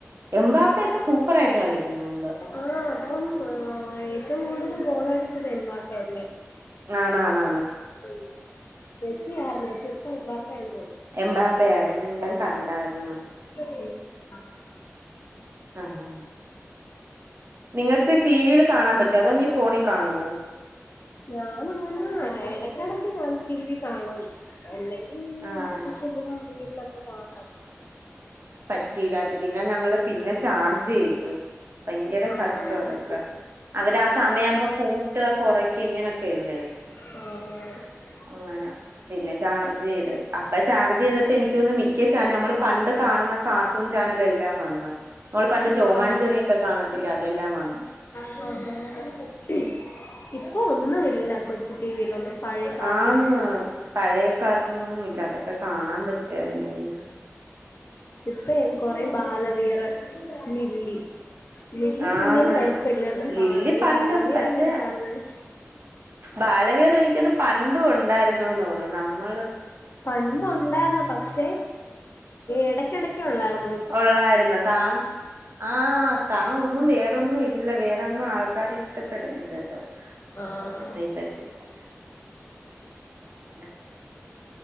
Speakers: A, on the right; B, on the left.
A: എംമ്പാപ്പയൊക്കെ സൂപ്പറായിട്ട് കളിക്കുന്നുണ്ട്.
B: ആഹ് പ്പം ആ ഏറ്റവും കൂടുതൽ ഗോളടിച്ചത് എമ്പാപ്പയല്ലേ.
A: ആഹ് ന്നാ ന്നാ ന്ന.
B: ഉം മെസിയാർ മെസിപ്പ എംബാപയാണെന്ന് തോന്നു
A: എമ്പാപ്പയായി ഞ കണ്ടായിരുന്ന്.
B: <unintelligible>
A: ആഹ് നിങ്ങക്ക് ടി വിയിൽ കാണാ പറ്റോ അതോന്ന് ഫോണി കാണുവോ?
B: ഞാ <unintelligible> എടക്കെടക്ക് ഞാൻ സി വി കാണും. എല്ലെങ്കി
A: ആഹ്
B: <unintelligible> വീടിനൊക്കെ കാണ.
A: റ്റിലന്ന് പിന്നെ ഞങ്ങള് പിന്നെ ചാർജെയ്തു ഭയങ്കര
B: ആഹ്
A: കഷ്ട അതൊക്കെ. അവരാ സമയമ്പോ കൂട്ട്യ കൊറക്ക്യ ഇങ്ങനൊക്കെല്ലേ.
B: ആഹ് ആഹ്.
A: അങ്ങന പിന്നെ ചാർജ് ചെയ്. അപ്പ ചാർജെയ്തപ്പ എനിക്കോന്നു മിക്ക ചാന നമ്മള് പണ്ട് കാണ്ന്ന കാർട്ടൂൺ ചാനലെല്ലാം വന്ന്. ഓൾ പണ്ട് ടോമാഞ്ചെറിയൊക്കെ
B: ആഹ്
A: കാണത്തില്ല അതെല്ലാം വന്നു.
B: <inaudible> ഇപ്പൊ ഒന്നു ഇല്ല കൊച്ചു ടിവിലൊന്നും പഴേ കാർട്ടൂൺ
A: ആന്ന്
B: ഫുൾ.
A: പഴയ കാർട്ടൂണൊന്നും ഇല്ല അതൊക്കെ കാണാ പറ്റയ്രുന്നെങ്കിൽ.
B: ഇപ്പയ് കൊറെ ബാലവീർ വില്ലി. വില്ലി
A: ആന്ന്
B: പിന്നേം കൊഴപ്പല്ല എന്നും
A: ലില്ലി
B: കാണാ ഈ
A: പണ്ടും
B: ബാലവിർ
A: പക്ഷെ
B: എങ്ങനെ കാണുന്നത്?
A: ബാലവീർ എനിക്കോന്നു പണ്ടു ണ്ടായിര്ന്നു തോന്നുന്നു നമ്മൾ.
B: പണ്ടൊണ്ടായിര്ന്നു പക്ഷേ എടക്കെടക്കൊള്ളായിര്ന്നു.
A: ഒള്ളായിര്ന്നു കാ ആഹ് കാര്ണം ഒന്നും വേറൊന്നും ഇല്- ല്ല വേറെന്നും ആൾക്കാര് ഇഷ്ടപ്പെടുന്നില്ലല്ലോ.
B: ആഹ് ആഹ്.
A: <unintelligible> ക്കെ. െ <unintelligible>